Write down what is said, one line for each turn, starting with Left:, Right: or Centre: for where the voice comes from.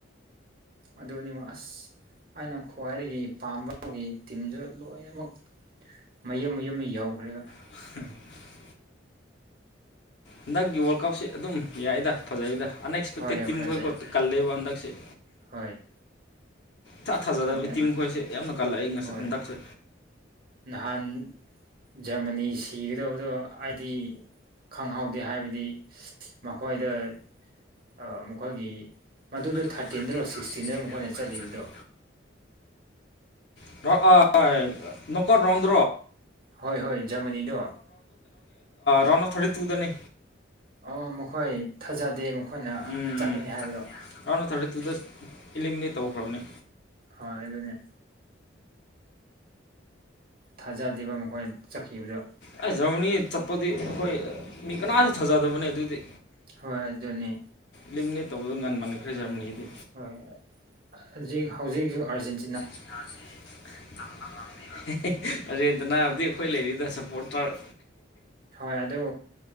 Right: ꯑꯗꯨꯅꯤꯃ ꯑꯁ ꯑꯅ ꯈ꯭ꯋꯥꯏꯗꯒꯤ ꯄꯥꯝꯕꯒꯤ ꯇꯤꯝꯁꯨ ꯂꯣꯏꯅꯃꯛ ꯃꯌꯨꯝ ꯃꯌꯨꯝ ꯑꯃ ꯌꯥꯎꯈ꯭ꯔꯕ
Left: <unintelligible> ꯍꯟꯗꯛꯀꯤ ꯋꯥꯔꯜ ꯀꯞꯁꯤ ꯑꯗꯨꯝ ꯌꯥꯏꯗ ꯐꯖꯩꯗ ꯑꯟꯑꯛꯁꯄꯦꯛꯇꯦꯠ
Right: ꯍꯣꯏ
Left: ꯇꯤꯝ
Right: ꯐꯖꯩ
Left: ꯈꯣꯏꯀꯣ ꯀꯜꯂꯦꯕ ꯍꯟꯗꯛꯁꯦ
Right: ꯍꯣꯏ
Left: ꯏꯥ ꯊꯥꯖꯗꯕ
Right: ꯀꯜꯂꯦ ꯑꯗꯨ
Left: ꯇꯤꯝ ꯈꯣꯏꯁꯦ ꯌꯥꯝꯅ ꯀꯜꯂꯛꯏ ꯉꯁ
Right: ꯍꯣꯏ
Left: ꯍꯟꯗꯛꯁꯦ
Right: ꯅꯍꯥꯟ ꯖꯔꯃꯅꯤ ꯁꯤꯒꯗꯧꯕꯗꯣ ꯍꯥꯏꯗꯤ ꯈꯪꯍꯧꯗꯦ ꯍꯥꯏꯕꯗꯤ ꯃꯈꯣꯏꯗ ꯑ ꯃꯈꯣꯏꯒꯤ ꯃꯗꯨꯗꯣ
Left: ꯑꯗꯨꯗ
Right: ꯊꯥꯔꯇꯤꯟꯗꯔꯣ
Left: ꯊꯥꯔꯇꯤꯟꯔꯣ
Right: ꯁꯤꯛꯁꯇꯤꯟꯗꯔꯣ
Left: ꯁꯤꯛꯁꯇꯤꯟꯔ
Right: ꯃꯈꯣꯏꯅ
Left: ꯑꯩꯈꯣꯏꯅ
Right: ꯆꯠꯂꯤꯕꯗꯣ
Left: ꯆꯠꯂꯤꯗꯣ <unintelligible> ꯀꯩꯅꯣꯅꯦ
Right: ꯍꯣꯏ ꯍꯣꯏ ꯖꯔꯃꯅꯤꯗꯣ
Left: ꯔꯟ ꯑꯣꯐ ꯊꯔꯇꯤ ꯇꯨꯗꯅꯦ
Right: ꯑꯣ ꯃꯈꯣꯏ ꯊꯥꯖꯗꯦ ꯃꯈꯣꯏꯅ
Left: ꯎꯝ
Right: ꯆꯠꯀꯅꯤ ꯍꯥꯏꯕꯗꯣ
Left: ꯔꯥꯎꯟ ꯊꯥꯔꯇꯤ ꯇꯨꯗ ꯏꯂꯤꯃꯤꯅꯦꯠ ꯇꯧꯈ꯭ꯔꯕꯅꯦ
Right: ꯍꯣꯏ ꯑꯗꯨꯅꯦ ꯊꯥꯖꯈꯤꯕ ꯃꯈꯣꯏꯅ ꯆꯠꯈꯤꯕꯗꯣ
Left: ꯑꯩꯁ ꯖꯔꯃꯅꯤ ꯆꯠꯄꯗꯤ ꯑꯩꯈꯣꯏ ꯃꯤ ꯀꯅꯥꯁꯨ ꯊꯥꯖꯗꯕꯅꯦ ꯑꯗꯨꯗꯤ
Right: ꯍꯣꯏ ꯑꯗꯨꯅꯤ
Left: ꯂꯝꯅꯦ ꯇꯧꯕꯗꯣ ꯉꯟꯃꯟꯈ꯭ꯔꯦ ꯖꯔꯃꯅꯤꯗꯤ
Right: ꯍꯣꯏ ꯍꯧꯛ ꯍꯧꯖꯤꯛꯁꯨ ꯑꯥꯔꯖꯦꯟ
Left: <unintelligible> ꯑꯒꯦꯟꯇꯤꯅꯥꯗꯤ ꯑꯩꯈꯣꯏ ꯂꯩꯔꯤꯗ ꯁꯞꯄꯣꯔ ꯇꯔ
Right: ꯍꯣꯏ ꯑꯗꯨ